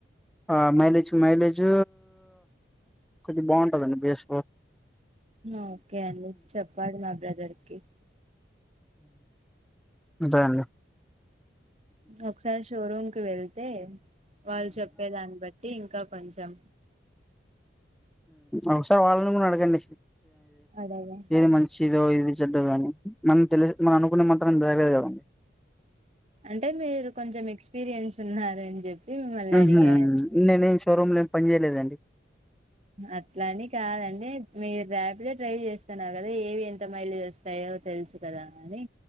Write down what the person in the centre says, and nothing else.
ఆ మైలేజ్ మైలేజ్ కొది బాగుంటదండి బేస్ లో
ఉంటానండి
ఒకసారి వాళ్ళను కూడా అడగండి
ఏది మంచి ఇదో ఇది చెడ్డ కాని మనం తెలి మన అనుకునే మాత్రం బేగే <unintelligible>
ఉహూ
నేనేం షోరూమ్లో పని చేయలేదండి